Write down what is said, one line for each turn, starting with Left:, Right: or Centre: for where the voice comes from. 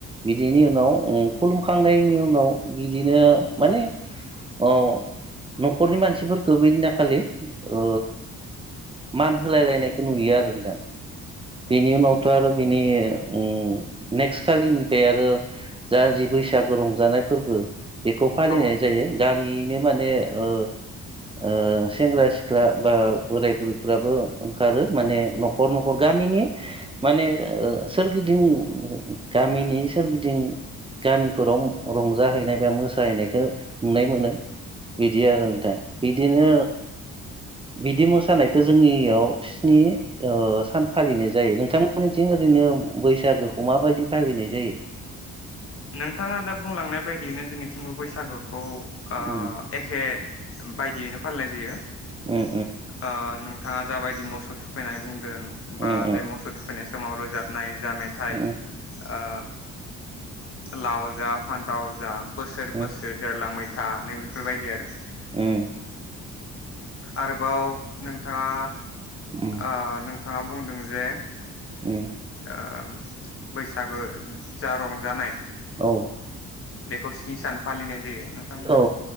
Right: बिदिनि उनाव खुलुमखांनायनि उनाव बिदिनो माने अ न'खरनि मानसिफोरखौ बिदिना खालि ओ मान होलाय लायनायखौ नुयो आरो नोंथां बिनि उनावथ' आरो बिनि उम नेक्स खालिनिफ्राय आरो जा जि बैसागो रंजानाय फोरबो बेखौ फालिनाय
Left: औ
Right: जायो। गामियैनो माने ओ ओ सेंग्रा सिख्ला बा बोराय बुरैफ्राबो ओंखारो माने न'खर न'खर गामिनि माने ओ सोरगिदिं गामिनि सोरगिदिं गामिफोराव रंजाहैनाय बा मोसाहैनायखो नुनाय मोनो बिदि आरो नोंथां बिदिनो बिदि मोसानायखौ जोंनियाव स्नि ओ सान फालिनाय जायो नोंथांमोननिथिं ओरैनो बैसागोखौ माबायदि फालिनाय जायो?
Left: नोंथाङा दा बुंलांनाय बायदियैनो जोंनिथिंबो बैसागुखौ आ
Right: उम
Left: एखे बायदियैनो फालिनाय जायो। ओ
Right: उम
Left: नोंथाङा जाबायदि मोसौ थुखैनाय बुं दों
Right: उम
Left: बा
Right: उम
Left: बे मोसौ थुखैनाय समाव रोजाब नाय जा मेथाइ
Right: उम उम
Left: ओ लाव जा फान्थाव जा बोसोर बोसोर
Right: उम
Left: देरलांबाय था नै बेफोरबायदि आरो
Right: उम
Left: आरोबाव नोंथाङा
Right: उम उम
Left: आ नोंथाङा बुंदों जे
Right: उम
Left: आ बैसागो जा रंजानाय
Right: औ
Left: बेखौ स्नि सान फालिनाय जायो नोंथांनि
Right: औ